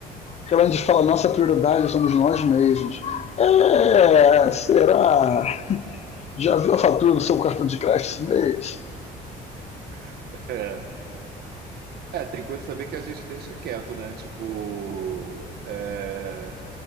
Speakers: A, on the left; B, on the right.
A: Que a gente fala, nossa prioridade somos nós mesmos. É, será? Já viu a fatura do seu cartão de crédito esse mês?
B: <laughs> É. É, tem coisas também que a gente deixa quieto, né? Tipo, é,